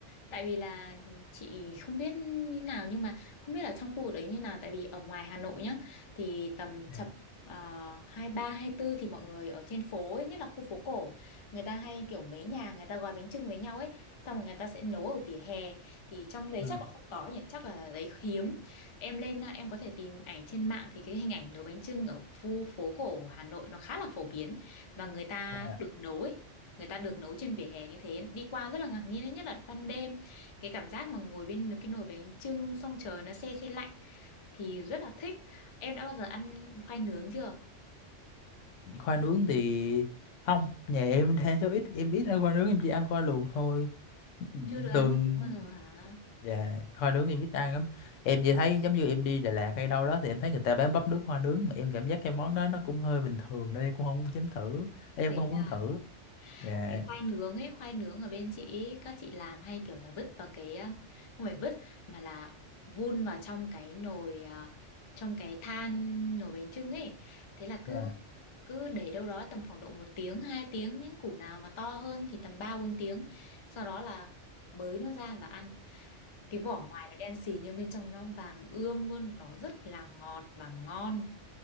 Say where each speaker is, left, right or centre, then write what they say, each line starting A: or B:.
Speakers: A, on the left (about 45°); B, on the left (about 85°).
A: Tại vì là chị không biết như nào nhưng mà không biết ở trong khu vực đấy như nào tại vì ở ngoài Hà Nội nhá thì tầm
B: Dạ.
A: chập uh, hai ba hai tư thì mọi người ở trên phố ấy, nhất là khu phố cổ người ta hay kiểu mấy nhà người ta gói bánh chưng với nhau ấy xong rồi người ta sẽ nấu ở vỉa hè thì trong đấy
B: Ờ,
A: chắc là không có nhỉ chắc là đấy hiếm em lên à, em có thể tìm ảnh trên mạng thì cái hình ảnh nấu bánh chưng ở khu phố cổ Hà Nội nó khá là phổ biến và người ta
B: là
A: được nấu ấy người ta được nấu trên vỉa hè như thế đi qua rất là ngạc nhiên đấy nhất là ban đêm cái cảm giác mà ngồi bên cái nồi bánh chưng xong trời nó se se lạnh thì rất là thích em đã bao giờ ăn khoai nướng chưa
B: khoai nướng thì không nhà em <laughs> đang số ít em ít ăn khoai nướng em chỉ ăn khoai luộc thôi
A: chưa được ăn
B: thường
A: khoai nướng bao giờ hả
B: dạ khoai nướng em ít ăn lắm em chỉ thấy giống như em đi Đà Lạt hay đâu đó thì em thấy người ta bán bắp nước khoai nướng mà em cảm giác cái món đó nó cũng hơi bình thường nên em cũng không muốn chấm thử em
A: thế
B: cũng không
A: à
B: muốn thử dạ
A: cái khoai nướng ấy khoai nướng ở bên chị ấy, các chị làm hay kiểu là vứt vào cái ờ, không phải vứt mà là vun vào trong cái nồi ờ, trong cái than nồi bánh chưng ấy thế là cứ
B: dạ
A: cứ để đâu đó tầm khoảng độ một tiếng hai tiếng những củ nào mà to hơn thì tầm ba bốn tiếng sau đó là bới nó ra và ăn cái vỏ ngoài nó đen xì nhưng bên trong nó vàng ươm luôn nó rất là ngọt và ngon